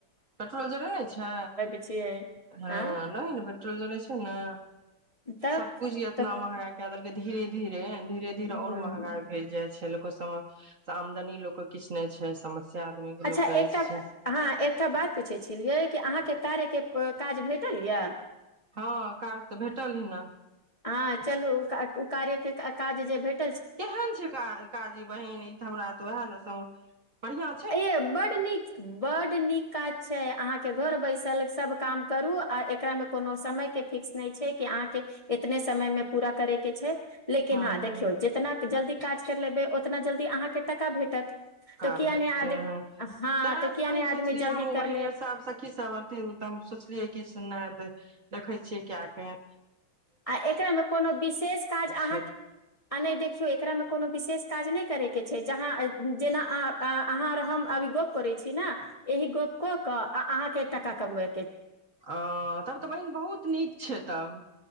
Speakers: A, on the right (about 40°); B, on the left (about 20°).
A: पेट्रोल जरे नहि छै
B: छियै
A: हँ
B: आँ
A: नहि ने पेट्रोल जरे छै ने
B: तब
A: सबब कुछ इतना
B: तब
A: महगा केए देलकें धीरे धीरे धीरे धीरे
B: हूँ
A: और महंगाइ भेल जाय छेलय आमदनी लोक किछु नहि छै समस्या आदमी के
B: अच्छा
A: लोक कहै
B: एकटा
A: छै
B: हँ एकटा बात पूछै छलियै कि अहाँके कार्यके काज भेटल यऽ
A: हँ काज तऽ भेटल ही ने
B: हँ चलू ओ कार्यके काज जे भेट
A: केहन छै काजी बहिन ई तऽ हमरा तऽ ओएह ने सम बढ़िया
B: ए बड नीक बड नीक काज छै अहाँके घर बैसल सभ काम करू आ एकरामे कोनो समयके फिक्स नहि छै कि अहाँके एतने समयमे पूरा करयके छै लेकिन
A: हँ
B: हँं देखियौ जितना जल्दी काज कर लेबै ओतना जल्दी अहाँके टाका भेटत तऽ किया
A: भेटते
B: नहि आदमी
A: हैं
B: हँ
A: तेंस
B: तऽ किया
A: बहिन
B: नहि
A: सोचलियै
B: आदमी जल्दी
A: हम
B: कर
A: बहिन
B: लेत
A: आर सब सखी सब अथ त हम सोचलियै कि नहि त देखै छियै कए कऽ
B: आ एकरामे कोनो विशेष काज अहाँ
A: छै
B: आ नहि देखियौ एकरामे कोनो विशेष काज नहि करयके छै जहाँ जेना अ अहाँ हम अभी गप करै छी ने एहि गपको क आ अहाँ के टका कमबय
A: हँ तब तऽ बहिन बहुत नीक छै तब